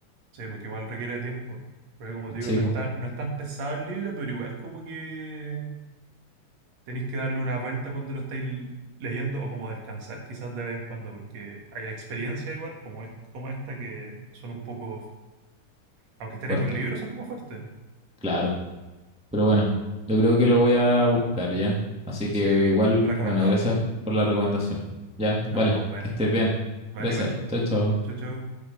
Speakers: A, on the right (about 60°); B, in the centre.
A: Sí, porque igual requiere tiempo. Porque como te digo,
B: Sí,
A: no
B: pues,
A: es tan, no es tan pesado el libro, pero igual como que tenéis que darle una vuelta cuando lo estáis leyendo o como descansar quizás de vez en cuando, porque hay experiencias igual como, est- como esta que son un poco, aunque estén
B: fuerte,
A: en un libro, son como fuertes.
B: claro. Pero bueno, yo creo que lo voy a buscar ya. Así
A: Sí,
B: que igual,
A: recomendado.
B: bueno, gracias por la recomendación. Ya,
A: No,
B: vale,
A: buena.
B: que estés bien.
A: Vale,
B: Gracias,
A: igual.
B: chao, chao.
A: Chau, chau.